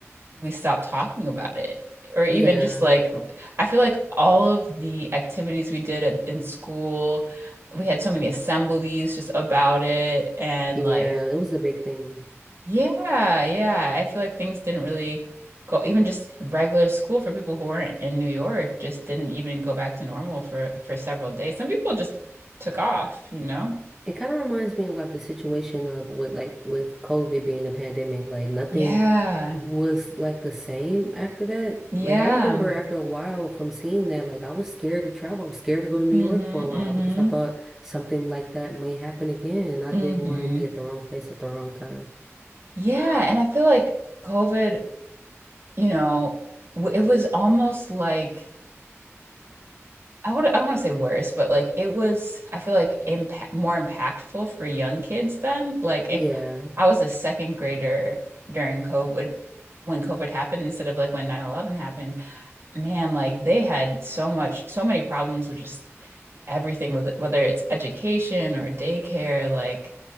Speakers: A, on the right; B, in the centre.
A: we stopped talking about it. Or even
B: Yeah.
A: just like I feel like all of the activities we did at, in school, we had so many assemblies just about it and
B: Yeah,
A: like
B: it was a big thing.
A: yeah, yeah. I feel like things didn't really go, even just regular school for people who weren't in New York just didn't even go back to normal for for several days. Some people just took off, you know?
B: It kind of reminds me of like the situation of with like with COVID being a pandemic, like nothing
A: Yeah.
B: was like the same after that.
A: Yeah.
B: Like I remember after a while from seeing that, like I was scared to travel. I was scared to go to New
A: Mm-hmm.
B: York for a while
A: Mm-hmm.
B: because I thought something like that may happen again, and I
A: Mm-hmm.
B: didn't want to be at the wrong place at the wrong time.
A: Yeah, and I feel like COVID, you know, w- it was almost like I would I don't want to say worse, but like it was I feel like impact more impactful for young kids then. Like
B: Yeah,
A: if I was a second grader during COVID when COVID happened instead of like when nine eleven happened, man, like they had so much so many problems with just everything with it- whether it's education or daycare, like